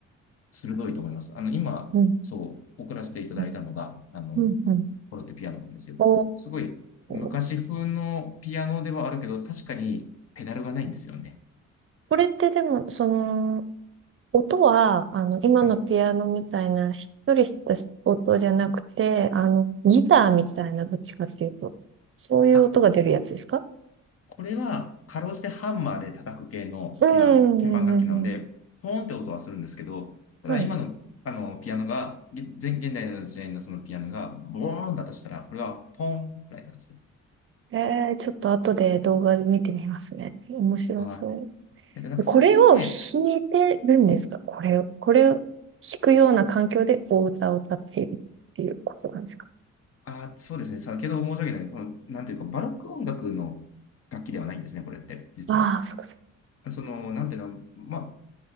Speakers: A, on the left; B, on the right.
A: 鋭いと思います。あの、今、
B: うん、
A: そう、送らせていただいたのが、
B: うん、
A: あの、
B: うん、うん。
A: フォロテピアノなんですよ。
B: お
A: すごい、昔風のピアノではあるけど、
B: ー。
A: 確かにペダルがないんですよね。
B: これってでも、その、音は、あの、今のピアノみたいな、
A: はい。
B: しっとりした音じゃなくて、あの、ギターみたいな、どっちかっていうと、そういう音が出るやつですか
A: あこれは、かろうじてハンマーで叩く系のピアノ、
B: うん、
A: 鍵盤楽器なので、
B: うん、うん。
A: ポーンって音はするんですけど、ただ今の、
B: はい。
A: あの、ピアノが、げ現現代の時代のそのピアノが、ボーンだとしたら、これはポーンくらいなんですよ。
B: えー、ちょっと後で動画見てみますね。面白そ
A: はい。えっと、なんか最近ね、
B: う。これを弾いてるんですかこれを、これを弾くような環境でお歌を歌っているっていうことなんですか
A: あ、そうですね、先ほど申し上げたように、この、なんていうか、バロック音楽の楽器ではないんですね、これって、実は。
B: ああー、そっかそっか。
A: その、なんていうの、まあ、